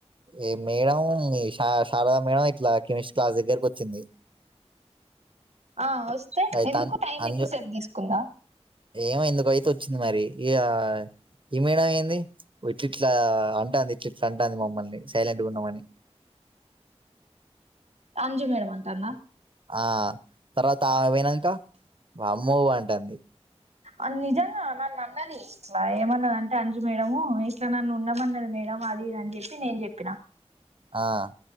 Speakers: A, on the right; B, on the right.
A: ఏ మేడం ఈ శారదా మేడం ఇట్లా కెమిస్ట్రీ క్లాస్ దగ్గరకి వచ్చింది
B: ఆ వస్తే
A: అయితే
B: ఎందుకు
A: అన్-
B: టైం
A: అంజు
B: ఎక్కువసేపు తీసుకుందా
A: ఏమో ఎందుకుతే వచ్చింది మరి ఇ ఈ మేడ ఏంది ఇట్ట్ అంటే అంది ఇ చిరెంట అంది మమ్మల్ని సైలంట్ ఉన్నమని
B: అజ మేడంమంటాందా
A: ఆ తర్వాత ఆమె పోయినాక బ మూ అంటుంది
B: అ నిజంగా నన్ను అన్నది. ఇట్లా ఏమన్నది అంటే అంజు మేడము ఇట్లా నన్ను ఉండమన్నది మేడం అది ఇది ఆని జెప్పి నేను చెప్పిన
A: ఆ